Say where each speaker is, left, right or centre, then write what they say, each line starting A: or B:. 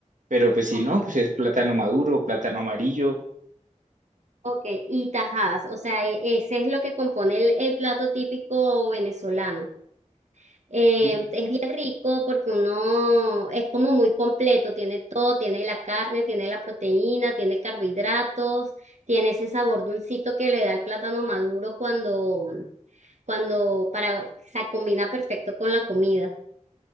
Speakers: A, on the right (about 75°); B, on the right (about 65°).
A: Pero pues si
B: Ok.
A: no, pues es plátano maduro, plátano amarillo.
B: Ok, y tajadas, o sea, e- ese es lo que compone el, el plato típico venezolano. Eh,
A: Mi-
B: es bien rico porque uno es como muy completo, tiene todo, tiene la carne, tiene la proteína, tiene carbohidratos, tiene ese sabor dulcito que le da el plátano maduro cuando, cuando, para, se combina perfecto con la comida.